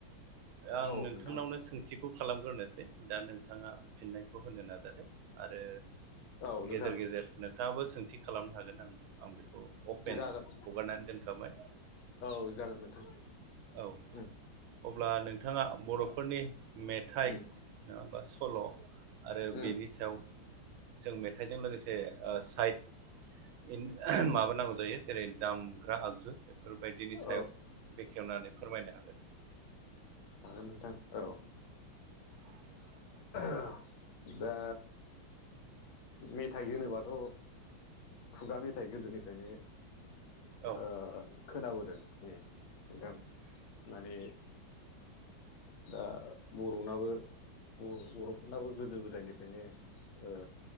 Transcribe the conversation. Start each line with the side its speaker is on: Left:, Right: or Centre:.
Right: आं
Left: औ
Right: नोंथांनावनो
Left: नोंथां
Right: सों थिखौ खालामग्रोनोसै दा नोंथाङा फिननायखौ होनो नाजादों आरो
Left: औ नोंथां
Right: गेजेर गेजेर नोंथाङाबो सोंथि खालामनो हागोन आंनो आं बेखौ अपेन
Left: जागोन
Right: हगारनानै दोनखाबाय
Left: औ जागोन नोंथां
Right: औ
Left: उम
Right: अब्ला नोंथाङा बर'फोरनि मेथाइ
Left: उम
Right: नङाबा सल' आरो
Left: उम उम
Right: बेनि सायाव जों मेथाइजों लोगोसे ओ साइड इन
Left: उम
Right: माबानांगौ जायो जेरै दामग्रा आगजु बेफोरबायदिनि
Left: औ
Right: सायाव बेखेवनानै फोरमायनो हागोन
Left: हागोन नोंथां औ
Right: <inaudible>
Left: <unintelligible> दा मेथाइ होनोबाथ' खुगा मेथाइ गोदोनिफ्रायनो
Right: औ
Left: ओ खोनाबोदों नै नोंथां माने दा बर'नाबो बर' बर'फोरनाबो गोदो गोदायनिफ्रायनो ओ